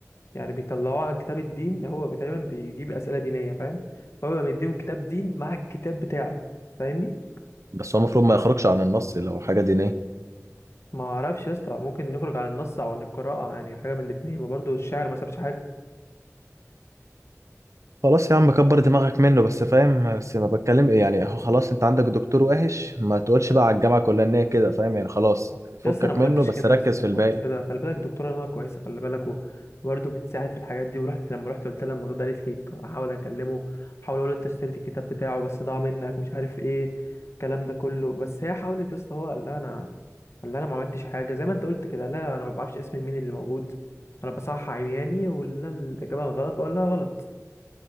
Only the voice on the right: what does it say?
بس هو المفروض ما يخرجش عن النص لو حاجه دينيه
خلاص يا عم كبر دماغك منه بس فاهم بس ما بتكلم يعني هو خلاص انت عندك دكتور وحش ما تقولش بقى على الجامعه كلها ان هي كده فاهم يعني خلاص فكك
منه
بس
ركز
في
الباقي